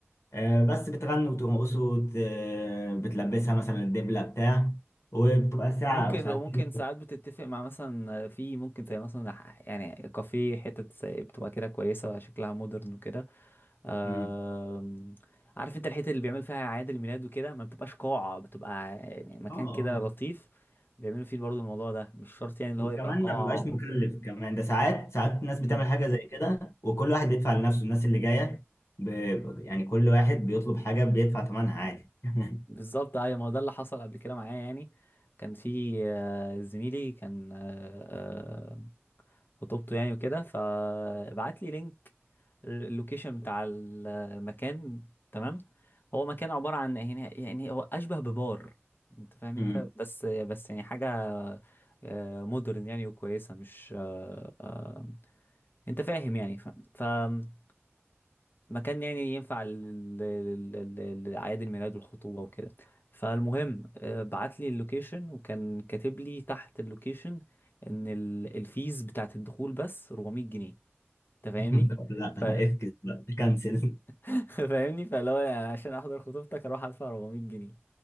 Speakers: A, on the left; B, on the left.
A: آه، بس بتغنوا وترقصوا وت- آه، بتلبسها مثلا الدبلة بتاع وبتبقى ساعة
B: ممكن
A: أو ساعتين
B: ممكن ساعات بتتفق مع مثلا في ممكن زي مثلا ح- يعني كافيه حتة زي بتبقى كده كويسة شكلها مودرن وكده آم،
A: امم
B: عارف انت الحته اللي بيعمل فيها اعياد الميلاد وكده ما بتبقاش قاعه بتبقى يعني مكان
A: اه اه
B: كده لطيف بيعملوا فيه برضو الموضوع ده مش شرط يعني اللي
A: وكمان
B: هو يبقى قاعه
A: ما بيبقاش
B: و...
A: مكلف كمان ده ساعات ساعات الناس
B: مم.
A: بتعمل حاجة زي كده وكل واحد بيدفع لنفسه الناس اللي جاية ب... يعني كل واحد بيطلب حاجة بيدفع ثمنها عادي <laughs>
B: بالظبط ايوه ما هو ده اللي حصل قبل كده معايا يعني كان في آه، زميلي كان آه، آه، خطوبته يعني وكده فبعت لي لينك اللوكيشن بتاع المكان تمام هو مكان عباره عن يعني يعني هو اشبه ببار انت فاهم انت
A: امم
B: بس بس يعني حاجه آه، مودرن يعني وكويسة مش آه، آه، انت فاهم يعني ف... فمكان يعني ينفع لل- لل- لل- لأعياد الميلاد والخطوبة وكده فالمهم آه، بعت لي اللوكيشن وكان كاتب لي تحت اللوكيشن ان ال- الفيز بتاعت الدخول بس 400 جنيه انت فاهمني
A: <laughs> طب لا
B: ف...
A: افكس بقى كنسل
B: <laughs> فاهمني فلو يعني عشان احضر خطوبتك اروح ادفع 400 جنيه